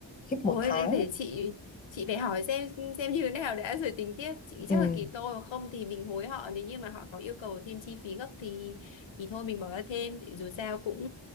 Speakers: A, on the left; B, on the left.
A: khiếp
B: Ôi
A: một tháng
B: để, để chị chị phải hỏi xem xem như thế nào đã rồi tính tiếp chị nghĩ
A: ừ,
B: chắc là kỳ tô hoặc không thì mình hối họ nếu như mà họ có yêu cầu thêm chi phí gấp thì thì thôi mình bỏ ra thêm tại vì dù sao cũng